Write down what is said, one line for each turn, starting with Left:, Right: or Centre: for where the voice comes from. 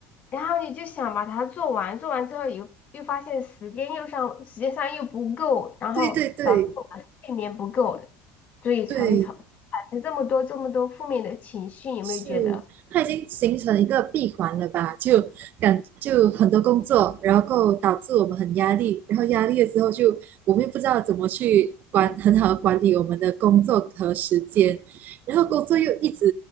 Left: 然后你就想把它做完，做完之后又又发现时间又上，时间上又不够，然后导致我的睡眠不够，
Right: 对对对
Left: 所以才会产产生这么多这么多负面的情绪，
Right: 对，
Left: 有没有觉得？
Right: 是，它已经形成一个闭环了吧？就感就很多工作，然后导致我们很压力，然后压力了之后就我们又不知道怎么去管，很好的管理我们的工作和时间，然后工作又一直